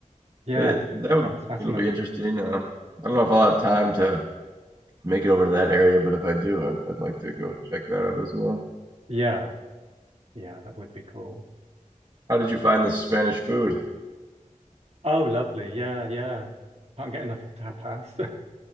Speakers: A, on the right; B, on the right.
A: yeah.
B: But that would
A: That's
B: be,
A: fascinating.
B: it'll be interesting. Um, I don't know if I'll have time to make it over to that area, but if I do, I'd, I'd like to go check that out as well.
A: Yeah, yeah, that would be cool.
B: How did you find the Spanish food?
A: Oh, lovely. Yeah, yeah. Can't get enough tapas.